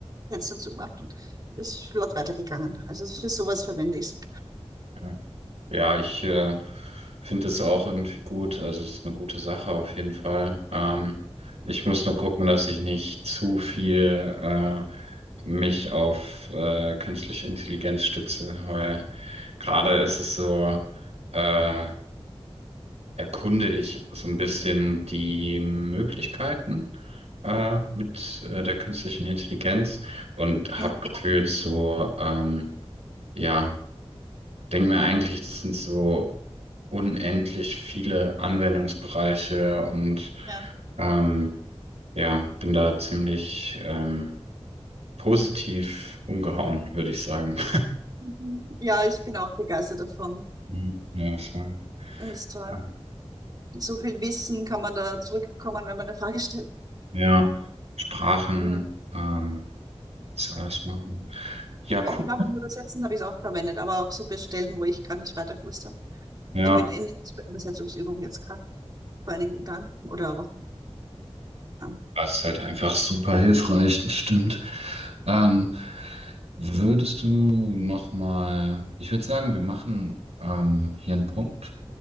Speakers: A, on the right; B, on the right.
A: Fenster zugemacht und ist flott weitergegangen. Also für sowas verwende ich es.
B: Ja, Ja, ich äh, finde das auch irgendwie gut. Also es ist eine gute Sache auf jeden Fall. Ähm, ich muss nur gucken, dass ich nicht zu viel äh, mich auf äh, künstliche Intelligenz stütze, weil gerade ist es so, äh, erkunde ich so ein bisschen die Möglichkeiten äh, mit äh, der künstlichen Intelligenz und
A: Ja.
B: habe gefühlt so, ähm, ja denke mir eigentlich, das sind so unendlich viele Anwendungsbereiche und
A: ja.
B: ähm, ja, bin da ziemlich ähm, positiv umgehauen, würde ich sagen.
A: Mhm. Ja, ich bin auch begeistert davon.
B: Mhm, Ja, voll.
A: Das ist toll.
B: Ähm,
A: So viel Wissen kann man da zurückbekommen, wenn man eine Frage stellt.
B: ja, Sprachen,
A: Ja,
B: ähm, das alles machen. Ja,
A: ja genau,
B: cool.
A: beim Übersetzen habe ich es auch verwendet, aber auch so bei Stellen, wo ich gerade nicht weiter gewusst habe.
B: Ja,
A: in, in Übersetzungsübung jetzt gerade vor einigen Tagen oder Wochen. Ja.
B: das ist halt einfach super hilfreich, das stimmt. Ähm, würdest du noch mal, ich würde sagen, wir machen ähm, hier einen Punkt.